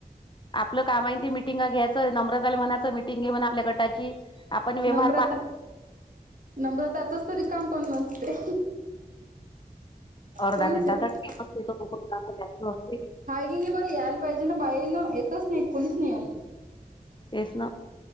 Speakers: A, on the left; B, on the right.
A: आपलं काम आहे ते मिटिंगा घ्यायचं नम्रताला म्हणायचा मिटिंग घे म्हण आपल्या गटाची. आपण व्यवहार
B: नम्रता
A: पा
B: नम्रताचा तरी काम पण नसते.
A: <unintelligible>
B: कोणीच येत हिनी बरं यायला पाहिजे ना बाईंना येतच नाही कोणीच नाही
A: तेच ना